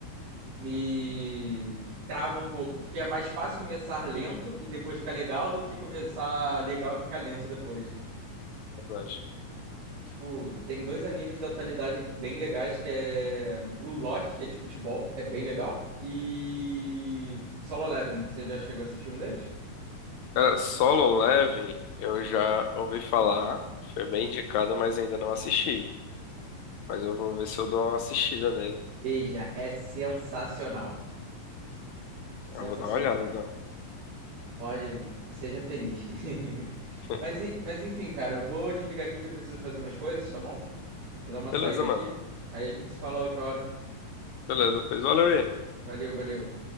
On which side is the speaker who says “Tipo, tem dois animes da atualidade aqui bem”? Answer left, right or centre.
Right